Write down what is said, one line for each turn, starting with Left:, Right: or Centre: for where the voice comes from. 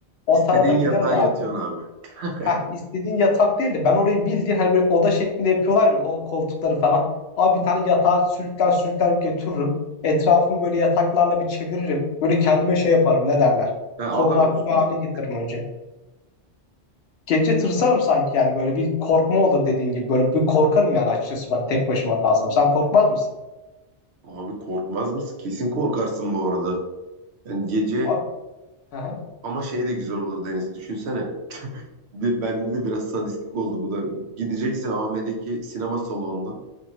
Left: O
Right: İstediğin
Left: tarafa giderim
Right: yatağa yatıyorsun
Left: abi.
Right: abi. <laughs>
Left: Heh istediğin yatak değil de ben orayı bildiğin hani bir oda şeklinde yapıyorlar ya o koltukları falan. Abi bir tane yatağı sürükler sürükler götürürüm. Etrafımı böyle yataklarla bir çeviririm. Böyle kendime şey yaparım ne derler.
Right: Ha, alan
Left: Korunaklı
Right: oluşturursun.
Left: bir hale getiririm önce. gece tırsarım sanki yani böyle bir korkma olur dediğin gibi. Böyle bir korkarım yani açıkçası ben tek başıma kalsam. Sen korkmaz mısın?
Right: Abi korkmaz mısın? Kesin korkarsın bu arada. Yani gece
Left: Abi. Aha.
Right: ama şey de güzel olur Deniz. Düşünsene. Ve bende de biraz sadistik oldu bu da. Gideceksin AVM'deki sinema salonuna.